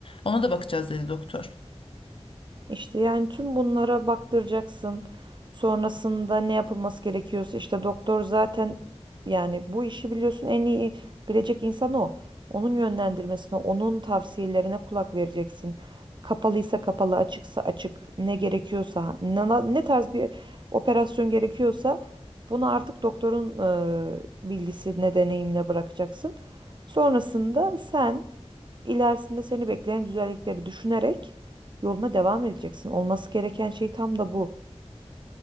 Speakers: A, on the left; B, on the right.
A: Ona da bakacağız dedi doktor.
B: İşte yani tüm bunlara baktıracaksın. Sonrasında ne yapılması gerekiyorsa işte doktor zaten yani bu işi biliyorsun en iyi bilecek insan o. Onun yönlendirmesine, onun tavsiyelerine kulak vereceksin. Kapalıysa kapalı, açıksa açık, ne gerekiyorsa, ne, ne tarz bir operasyon gerekiyorsa bunu artık doktorun e, bilgisine, deneyimine bırakacaksın. Sonrasında sen İlerisinde seni bekleyen güzellikleri düşünerek yoluna devam edeceksin. Olması gereken şey tam da bu.